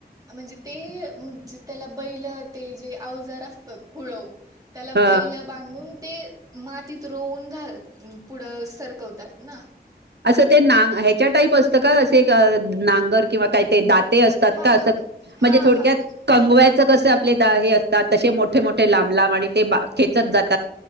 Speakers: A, on the right; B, on the right.
A: म्हणजे तेे जे त्याला बैल ते जे अवजार असतं कुळव, त्याला
B: ह
A: बैलं बांधून ते मातीत रोवून घाल पुढं सरकवतात ना ते
B: असं ते नांग ह्याच्या टाईप असतं का असे एक अ नांगर किंवा काय ते दात ते असतात
A: हा
B: का अस
A: हा हा
B: म्हणजे थोडक्यात
A: हा तेच
B: कंगव्याच
A: असत.
B: कसं आपले द हे अस तसे मोठे मोठे लांब लांब आणि ते बा खेचत जात